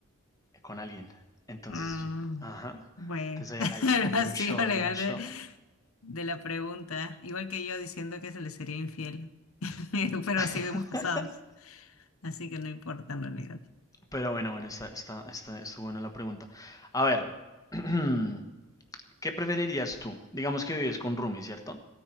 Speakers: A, on the left (about 15°); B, on the left (about 70°).
A: con alguien. Entonces,
B: mm,
A: ajá.
B: bueno,
A: Entonces
B: <laughs>
A: ahí,
B: el
A: ahí
B: vacío
A: ganó show, ahí
B: legal
A: ganó show.
B: de, de la pregunta, igual que yo diciendo que se le sería infiel, <laughs> pero
A: <laughs>
B: seguimos casados, así que no importa en realidad.
A: Pero bueno, bueno, está, está, está, estuvo buena la pregunta. A ver, <clears throat> ¿qué preferirías tú? Digamos que vives con Rumi, ¿cierto?